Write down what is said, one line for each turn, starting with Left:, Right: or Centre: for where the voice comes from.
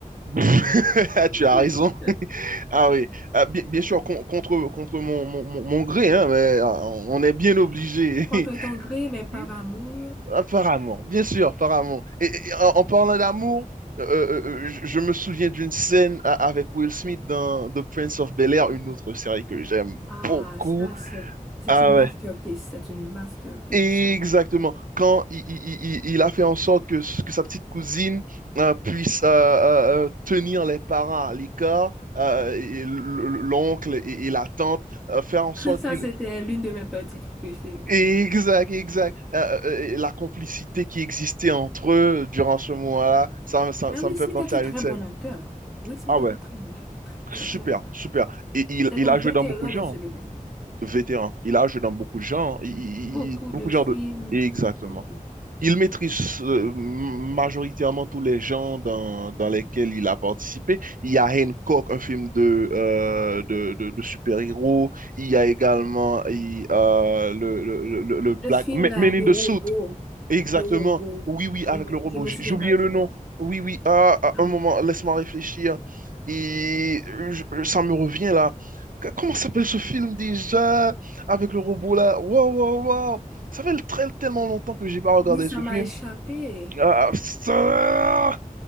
Right: <laughs> Tu as
Centre: <laughs>
Right: raison. Ah oui. Ah, bien, bien sûr, con- contre, contre mon, mon, mon- mon gré, hein, mais ah, on est bien obligé.
Centre: Contre ton gré, mais par
Right: <laughs>
Centre: amour.
Right: Apparemment, bien sûr, apparemment. Et, et en, en parlant d'amour, euh, euh, euh, euh, je, je me souviens d'une scène a- avec Will Smith dans The Prince of Bel-Air, une autre série que j'aime
Centre: Ah,
Right: beaucoup.
Centre: ça, c'est c'est
Right: Ah
Centre: une masterpiece.
Right: ouais.
Centre: C'est une masterpiece.
Right: Exactement.
Centre: <laughs>
Right: Quand i- i- i- il, a fait en sorte que, que sa petite cousine euh, puisse euh, euh, euh, tenir les parents à l'écart, euh, et l- l'oncle et, et la tante, euh, faire en sorte
Centre: Ça,
Right: qu'il...
Centre: c'était l'une de mes parties préférées.
Right: Exact, exact. Euh, euh, euh, la complicité qui existait entre eux durant ce moment-là, ça, ça,
Centre: Mais
Right: ça
Centre: Will
Right: me fait
Centre: Smith
Right: penser
Centre: est
Right: à
Centre: un très
Right: une scène.
Centre: bon acteur. Will Smith
Right: Ah ouais,
Centre: est un très bon acteur. Très, très,
Right: super,
Centre: très bon acteur.
Right: super. Et il,
Centre: C'est
Right: il
Centre: un
Right: a
Centre: vétéran
Right: joué dans beaucoup de
Centre: dans
Right: genres,
Centre: ce domaine.
Right: vétéran. Il a joué dans beaucoup de genres, il- il-
Centre: Beaucoup
Right: il- beaucoup
Centre: de
Right: de
Centre: films.
Right: genres de... Exactement.
Centre: Beaucoup.
Right: Il maîtrise euh, majoritairement tous les genres dans, dans lesquels il a participé. Il y a Hancock, un film de, euh, de, de, de super-héros. Il y a également il- euh, le, le, le, le Black
Centre: Le film,
Right: Men
Centre: là,
Right: Men
Centre: de
Right: in the
Centre: robot.
Right: Suit, Exactement.
Centre: De robot.
Right: Oui, oui,
Centre: Je
Right: avec
Centre: ne,
Right: le robot.
Centre: je me
Right: J'ai
Centre: souviens
Right: j'ai oublié
Centre: pas du
Right: le
Centre: nom.
Right: nom. Oui, oui. Ah, ah,
Centre: Ah,
Right: un moment, laisse-moi réfléchir. Et euh, je- euh, ça me revient là. Qu- Comment s'appelle ce film déjà? Avec le robot là. Waouh, waouh, waouh. Ça fait très, tellement longtemps que j'ai pas regardé
Centre: oui, ça
Right: ce
Centre: m'a
Right: film.
Centre: échappé.
Right: Ah, ça...